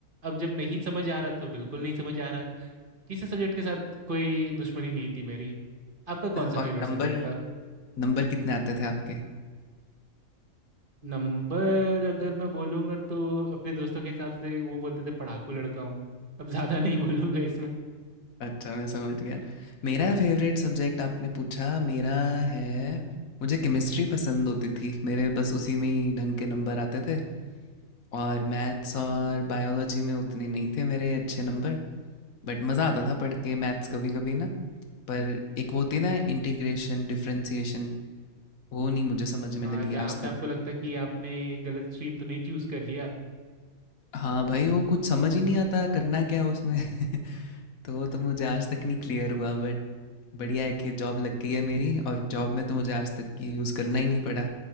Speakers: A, on the right; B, on the left.
A: अब जब नहीं समझ आ रहा तो बिल्कुल नहीं समझ आ रहा किसी सब्जेक्ट के साथ कोई दुश्मनी नहीं थी मेरी आपका कौन सा
B: और
A: फेवरेट
B: नंबर
A: सब्जेक्ट था
B: नंबर कितने आते थे आपके
A: नंबर अगर मैं बोलूँगा तो अपने दोस्तों के हिसाब से वो बोलते थे पढ़ाकू लड़का हूँ अब ज़्यादा नहीं बोलूँगा इसमें
B: अच्छा, मैं समझ गया। मेरा फ़ेवरेट सब्जेक्ट आपने पूछा, मेरा है मुझे केमिस्ट्री पसंद होती थी। मेरे बस उसी में ही ढंग के नंबर आते थे और मैथ्स और बायोलॉजी में उतने नहीं थे मेरे अच्छे नंबर, बट मज़ा आता था पढ़ के मैथ्स कभी-कभी ना। पर एक वो होती है ना इंटीग्रेशन, डिफ़रेंशिएशन, वो नहीं मुझे समझ में
A: हाँ
B: लगी
A: जहाँ
B: आज
A: पे
B: तक।
A: आपको लगता है कि आपने गलत स्ट्रीम तो नहीं चूज़ कर लिया
B: हाँ भाई, वो कुछ समझ ही नहीं आता करना क्या है उसमें। <laughs> तो वो तो मुझे आज तक नहीं क्लियर हुआ बट बढ़िया है कि जॉब लग गई है मेरी और जॉब में तो मुझे आज तक ये यूज़ करना ही नहीं पड़ा